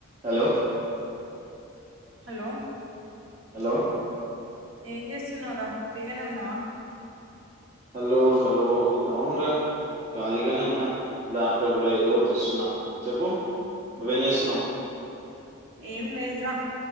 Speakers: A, on the right; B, on the right.
A: Hello
B: hello
A: hello
B: ఏం చేస్తున్నావురా ఫ్రీగానే ఉన్నావ
A: హలో హలో అవునుర ఖాళీగానే ఉన్న ల్యాప్టాప్ లో ఏదో చూస్తున్నా చెప్పు నువ్వేం చేస్తున్నావు
B: ఏం లేదుర